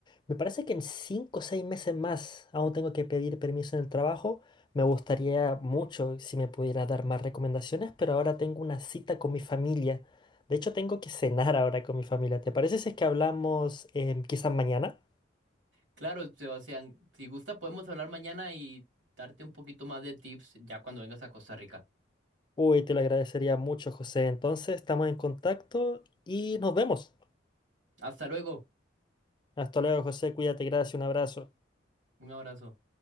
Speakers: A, on the left; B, on the right.
A: me parece que en cinco o seis meses más aún tengo que pedir permiso en el trabajo. Me gustaría mucho si me pudiera dar más recomendaciones, pero ahora tengo una cita con mi familia. De hecho, tengo que cenar ahora con mi familia. ¿Te parece si es que hablamos em, quizás mañana?
B: Claro, Sebastián, si gusta, podemos hablar mañana y darte un poquito más de tips ya cuando vengas a Costa Rica.
A: Uy, te lo agradecería mucho, José. Entonces, estamos en contacto y nos vemos.
B: Hasta luego.
A: Hasta luego, José. Cuídate, gracias, un abrazo.
B: Un abrazo.